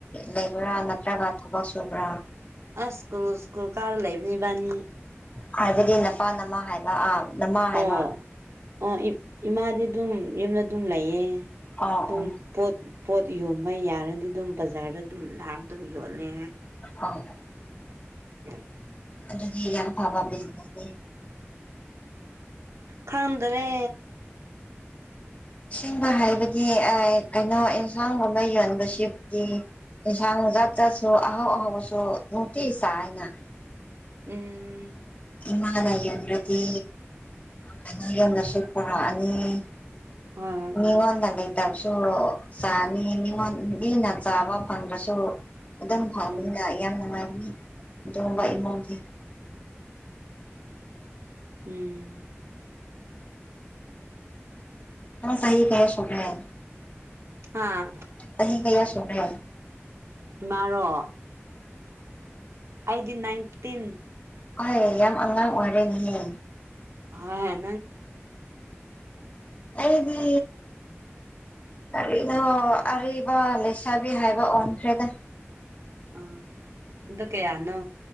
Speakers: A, on the left; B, on the right.
A: ꯂꯩꯕ꯭ꯔꯥ ꯅꯠꯇ꯭ꯔꯒ ꯊꯕꯛ ꯁꯨꯕ꯭ꯔꯥ
B: ꯑꯁ ꯀꯣ <inaudible> ꯑꯁ ꯀꯣ ꯀꯥꯗ ꯂꯩꯕꯅꯦ ꯏꯕꯥꯟꯅꯤ
A: ꯍꯥꯏꯕꯗꯤ ꯅꯄꯥ ꯅꯃꯥ ꯍꯥꯏꯕ ꯑꯥ ꯅꯃꯥ ꯍꯥꯏꯕ
B: ꯑꯣ ꯑ ꯏ <inaudible> ꯏꯃꯥꯗꯤ ꯑꯗꯨꯝ ꯌꯨꯝꯗ ꯑꯗꯨꯝ ꯂꯩꯌꯦ
A: ꯑꯥ
B: ꯑꯗꯨꯝ
A: ꯑꯣ
B: ꯄꯣꯠ ꯄꯣꯠ ꯌꯣ ꯃꯩ ꯌꯥꯔꯗꯤ ꯑꯗꯨꯝ ꯕꯖꯥꯔꯗ ꯑꯗꯨꯝ ꯂꯥꯛꯑꯥ ꯑꯗꯨꯝ ꯌꯣꯜꯂꯦ
A: ꯍꯥꯎ
B: ꯎ <inaudible>
A: ꯑꯗꯨꯗꯤ ꯌꯥꯝ ꯐꯕꯕꯥ ꯕꯨꯁꯤꯅꯤꯁ
B: ꯈꯪꯗꯔꯦ
A: ꯑꯁꯦꯡꯕꯥ ꯍꯥꯏꯕꯗꯤ ꯀꯩꯅꯣ ꯑꯦꯟꯁꯥꯡꯒꯨꯝꯕ ꯌꯣꯟꯕꯁꯤꯗꯤ ꯌꯦꯟꯁꯥꯡ ꯖꯥꯠ ꯖꯥꯠꯁꯨ ꯑꯍꯧꯕ ꯑꯍꯧꯕꯁꯨ ꯅꯨꯡꯇꯤꯒꯤ ꯆꯥꯏꯅ
B: ꯎꯝ
A: ꯏꯃꯥꯅ ꯌꯟꯗ꯭ꯔꯗꯤ ꯂꯅꯥ ꯌꯣꯟꯗꯁꯨ ꯄꯨꯔꯛꯑꯅꯤ <inaudible>
B: ꯍꯣꯏ
A: ꯃꯤꯉꯣꯟꯗ ꯂꯩꯇꯕꯁꯨ ꯆꯥꯅꯤ ꯃꯦꯑꯣꯡ ꯃꯤꯅ ꯆꯥꯕ ꯐꯪꯗꯔꯥꯕꯁꯨ ꯑꯗꯨꯝ ꯐꯪꯕꯅꯤꯅ
B: ꯎꯝ
A: ꯌꯥꯝ ꯅꯨꯡꯉꯥꯏꯕꯅꯤ ꯑꯗꯨꯀꯨꯝꯕ ꯏꯃꯨꯡꯗꯤ
B: ꯎꯝ
A: ꯑ ꯁꯍꯤ ꯀꯌꯥ ꯁꯂꯦ <inaudible>
B: ꯍꯥꯥ
A: ꯆꯍꯤ ꯒꯌꯥ ꯁꯣꯔꯦ
B: ꯏꯃꯥꯔꯣ ꯑꯩꯗꯤ ꯅꯥꯏꯟꯇꯤꯟ
A: ꯍꯣꯏ ꯌꯥꯝ ꯑꯉꯥꯡ ꯑꯣꯏꯔꯅꯤꯍꯦ
B: ꯍꯣꯢ
A: ꯑꯩꯗꯤ ꯀꯔꯤꯅꯣ ꯑꯔꯤꯕ ꯂꯩꯁꯥꯕꯤ ꯍꯥꯏꯕ ꯑꯣꯟꯈ꯭ꯔꯦꯗ
B: ꯑ ꯑꯣ ꯑꯗꯨ ꯀꯌꯥꯅꯣ